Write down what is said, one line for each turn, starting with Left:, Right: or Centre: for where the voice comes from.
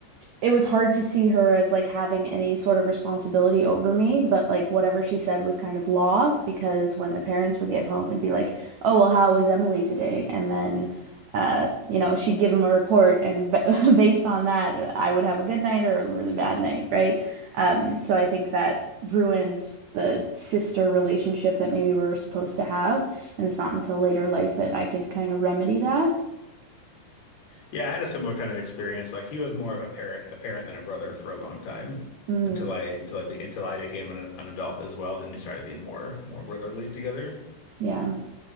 Right: it was hard to see her as like having any sort of responsibility over me, but like whatever she said was kind of law because when the parents would get home and be like, "Oh, well, how was Emily today?" and then uh, you know, she'd give them a report and b <laughs> based on that, I would have a good night or a really bad night, right? Um, so I think that ruined the sister relationship that maybe we were supposed to have, and it's not until later life that I could kind of remedy that.
Left: Yeah, I had a similar kind of experience. Like he was more of a parent a parent than a brother for a long time
Right: Mm,
Left: until I until I be, until I became an, an adult as well. Then we started being more more brotherly together.
Right: yeah.